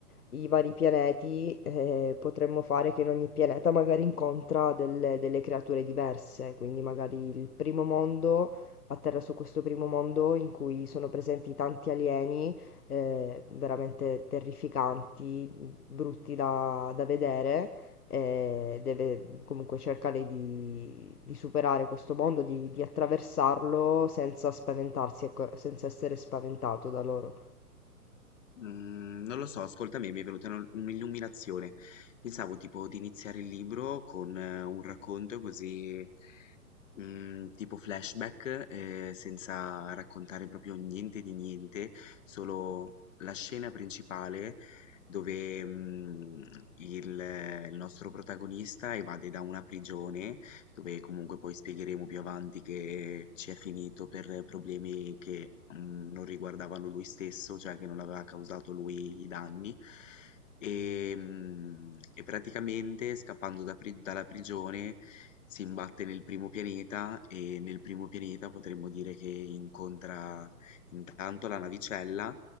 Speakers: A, on the left; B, on the left.
A: i vari pianeti. eh, potremmo fare che in ogni pianeta magari incontra delle, delle creature diverse, quindi magari il primo mondo a terra su questo primo mondo in cui sono presenti tanti alieni eh, veramente terrificanti, brutti da, da vedere. eh, deve comunque cercare di, di superare questo mondo, di, di attraversarlo senza spaventarsi, ecco, senza essere spaventato da loro.
B: Mm, non lo so, ascolta me, mi è venuta un- un'illuminazione. Pensavo tipo di iniziare il libro con eh, un racconto così Mhmm, tipo flashback, ehm, senza raccontare proprio niente di niente, solo la scena principale dove, mhmm, il eh, il nostro protagonista evade da una prigione, dove comunque poi spiegheremo più avanti che ci è finito per problemi che, mhmm, non riguardavano lui stesso, cioè che non aveva causato lui i danni e, mm, e praticamente scappando da pri- dalla prigione si imbatte nel primo pianeta e nel primo pianeta potremmo dire che incontra intanto la navicella